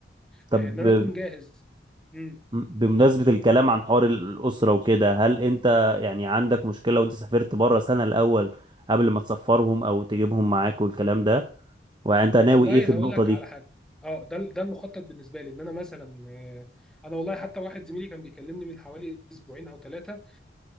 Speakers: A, on the right; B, in the centre.
A: طب
B: آه، ان انا اكون جاهز امم
A: مم، بمناسبة الكلام عن حوار الأسرة وكده هل أنت يعني عندك مشكلة وأنت سافرت بره سنة الأول قبل ما تسفرهم أو تجيبهم معاك والكلام ده وأنت ناوي
B: والله
A: إيه في النقطة
B: هقول لك
A: دي؟
B: على حاجه اه ده ده المخطط بالنسبه لي ان انا مثلا آه، انا والله حتى واحد زميلي كان بيكلمني من حوالي اسبوعين او ثلاثه